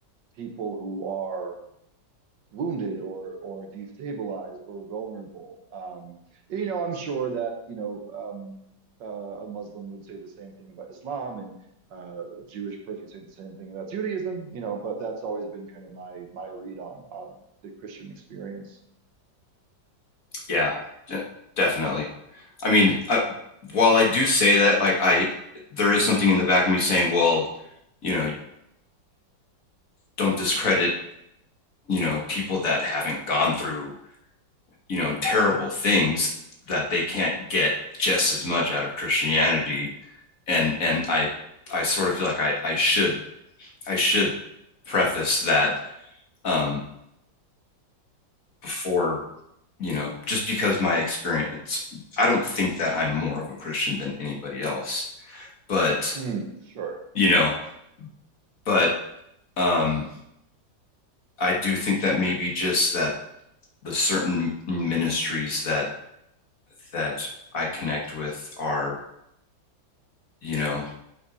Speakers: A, on the right; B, on the left.
A: people who are wounded or or destabilized or vulnerable. Um, you know, I'm sure that you know um, uh, a Muslim would say the same thing about Islam, and uh, a Jewish person would say the same thing about Judaism. You know, but that's always been kind of my my read on on the Christian experience.
B: Yeah, de- definitely. I mean, I, while I do say that, like I, there is something in the back of me saying, well, you know, don't discredit, you know, people that haven't gone through, you know, terrible things that they can't get just as much out of Christianity. And and I I sort of feel like I I should I should preface that um before, you know, just because my experience, I don't think that I'm more of a Christian than anybody else, but
A: Mm, sure.
B: you know, but um, I do think that maybe just that the certain ministries that that I connect with are, you know,